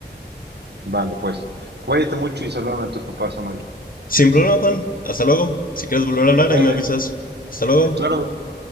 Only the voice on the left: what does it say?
Sin problema, Juan. Hasta luego. Si quieres volver a hablar,
ahí me avisas. Hasta luego.